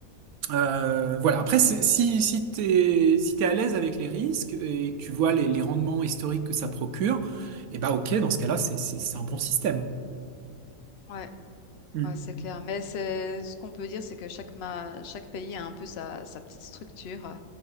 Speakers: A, on the right (about 80°); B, on the left (about 55°).
A: euh, voilà. Après, c'est- si, si t'es, si t'es à l'aise avec les risques et que tu vois les, les rendements historiques que ça procure, eh ben, ok, dans ce cas-là, c'est, c'est, c'est un bon système.
B: Ouais,
A: Hmm.
B: ouais, c'est clair. Mais c'est ce qu'on peut dire, c'est que chaque ma- chaque pays a un peu sa, sa petite structure.